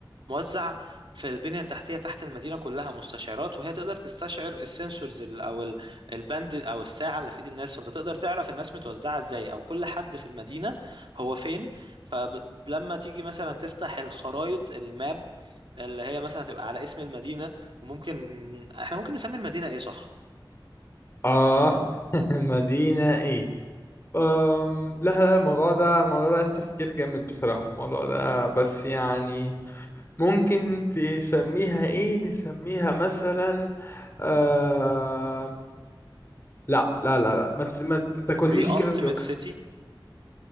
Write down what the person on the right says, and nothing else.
موزع في البنية التحتية تحت المدينة كلها مستشعرات وهي تقدر تستشعر السنسورز ال- او ال- الباند او الساعة اللي في ايد الناس فانت تقدر تعرف الناس متوزعة ازاي او كل حد في المدينة هو فين فلما تيجي مثلا تفتح الخرائط الماب اللي هي مثلا هتبقى على اسم المدينة وممكن احنا ممكن نسمي المدينة ايه صح؟
The Ultimate
City